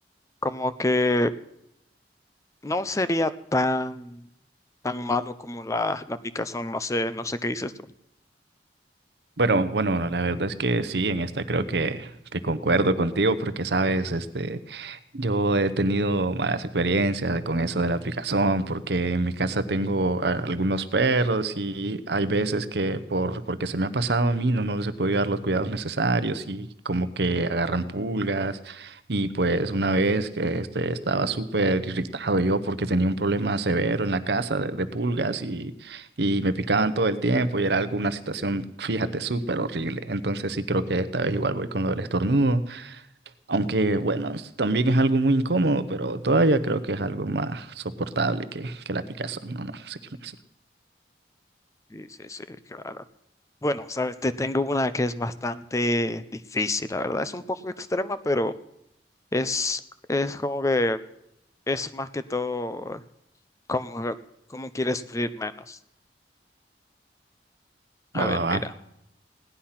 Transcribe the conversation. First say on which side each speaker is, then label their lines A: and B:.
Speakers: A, on the left (about 15°); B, on the right (about 65°).
A: como que no sería tan, tan malo como la, la picazón, no sé, no sé qué dices tú.
B: Bueno, bueno, la verdad es que sí, en esta creo que, que concuerdo contigo porque, sabes, este, yo he tenido malas experiencias con eso de la aplicación porque en mi casa tengo a- algunos perros y hay veces que por, porque se me ha pasado a mí no, no les he podido dar los cuidados necesarios y como que agarran pulgas y pues una vez que este, estaba súper irritado yo porque tenía un problema severo en la casa de de pulgas y me picaban todo el tiempo y era alguna situación, fíjate, súper horrible. Entonces sí creo que esta vez igual voy con lo del estornudo, aunque bueno, s- también es algo muy incómodo, pero todavía creo que es algo más soportable que, que la picazón. No, no, sé qué me dice.
A: Sí, sí, sí, claro. Bueno, sabes, te tengo una que es bastante difícil, la verdad. Es un poco extrema, pero es, es como que es más que todo como, como quieres sufrir menos. A
B: Va,
A: ver,
B: va,
A: mira,
B: va.